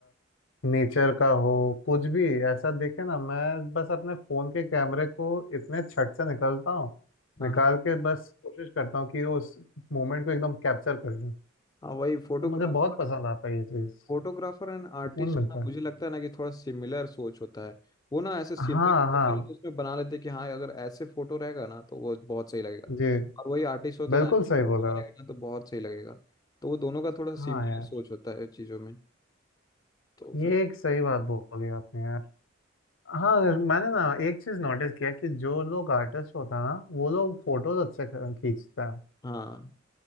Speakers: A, on the left; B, on the left.
A: नेचर का हो कुछ भी ऐसा देखे ना मैं बस अपने फ़ोन के कैमरे को इतने छट से निकलता हूँ
B: हाँ
A: निकाल
B: हाँ
A: के बस कोशिश करता हूँ कि उस मोमेंट को एकदम कैप्चर कर लूँ
B: हाँ वही फोटोग्राफर
A: तो मुझे बहुत पसंद आता है ये चीज़
B: फोटोग्राफर एंड आर्टिस्ट
A: सुकून मिलता
B: का ना,
A: है
B: मुझे लगता है ना कि थोड़ा सिमिलर सोच होता है वो ना ऐसे सीनरी
A: हाँ
B: तो
A: हाँ
B: उसमें बना लेते हैं कि हाँ अगर ऐसे फोटो रहेगा ना तो वो बहुत सही लगेगा
A: जी
B: और वही आर्टिस्ट होते
A: बिल्कुल
B: ना
A: सही
B: फोटो
A: बोला
B: बनेगा
A: आप
B: ना तो बहुत सही लगेगा तो वो दोनों का थोड़ा
A: हाँ
B: सिमिलर
A: यार
B: सोच होता है चीजों में तो
A: ये
B: फिर
A: एक सही बात बोली आपने यार हाँ मैंने ना एक चीज नोटिस किया कि जो लोग आर्टिस्ट होता है ना वो लोग फोटोज अच्छे ख- खींचते हैं
B: हाँ